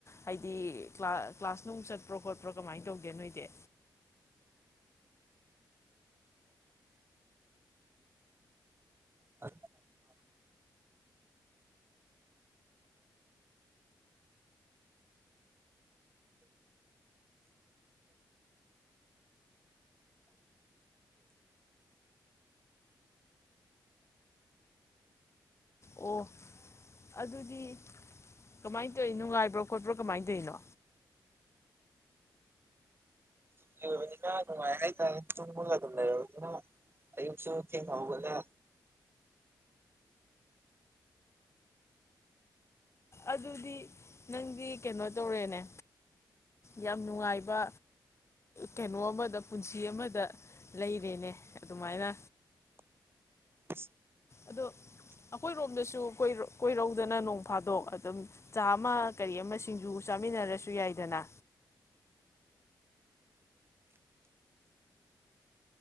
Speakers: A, on the left; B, on the right.
A: ꯍꯥꯏꯗꯤ ꯀ꯭ꯂꯥꯁ ꯅꯨꯡ ꯠꯄ꯭ꯔꯣ ꯈꯣꯠꯄ꯭ꯔꯣ ꯀꯃꯥꯏꯅ ꯇꯧꯒꯦ ꯅꯣꯏꯗꯤ
B: ꯑ
A: ꯑꯣ ꯑꯗꯨꯗꯤ ꯀꯃꯥꯏꯅ ꯇꯧꯔꯤꯣ ꯅꯨꯡꯉꯥꯏꯕ꯭ꯔꯣ ꯈꯣꯠꯄ꯭ꯔꯣ ꯀꯃꯥꯏꯅ ꯇꯧꯔꯤꯅꯣ
B: ꯅꯨꯡꯉ ꯍꯥꯏ ꯇ ꯃꯒ ꯂꯩ ꯑꯌꯨꯕꯁꯨ ꯊ
A: ꯑꯗꯨꯗꯤ ꯅꯪꯗꯤ ꯀꯩꯅꯣ ꯇꯧꯔꯦꯅꯦ ꯌꯥꯝ ꯅꯨꯡꯉꯥꯏꯕ ꯀꯩꯅꯣ ꯑꯃꯗ ꯄꯨꯟꯁꯤ ꯑꯃꯗ ꯂꯩꯔꯦꯅꯦ ꯑꯗꯨꯃꯥꯏꯅ
B: ꯑ
A: ꯑꯗꯣ ꯑꯩꯈꯣꯏꯔꯣꯝꯗꯁꯨꯣꯏ ꯀꯣꯏꯔꯧꯗꯅ ꯅꯣꯡ ꯐꯥꯗꯣꯛ ꯑꯗꯨꯝ ꯆꯥ ꯑꯃ ꯀꯔꯤ ꯑꯃ ꯁꯤꯡꯖꯨ ꯆꯥꯃꯤꯟꯅꯔꯁꯨ ꯌꯥꯏꯗꯅ